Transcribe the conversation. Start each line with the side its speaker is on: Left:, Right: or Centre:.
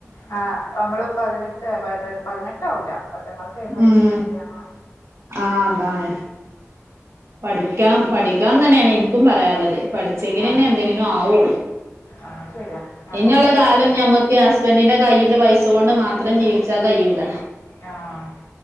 Left: ആ നമ്മെള് പതിനെട്ട് പത് പതി പതിനെട്ട് ആവൂല. പത്താം ക്ലാസ് കഴിയുമ്പോയൊത്തന്നില്ല്യാണമാ.
Right: ഉം ആ അതാണ് പഠിക്കണം പഠിക്കണ ന്നെയാണ് എനിക്കും പറയള്ളത്. പഠിച്ചെങ്കിനന്നെ
Left: ആഹ്
Right: എന്തെങ്കിനും ആവോള്ളൂ.
Left: ആഹ് ശരിയാ നമ്മക്ക്
Right: ഇനിയൊള്ള കാലം ഞമ്മക്ക് ഹസ്ബന്റിന്റെ കയ്യില് പൈസ കൊണ്ട് മാത്രം ജീവിച്ചാ കഴിയൂല.
Left: ആഹ്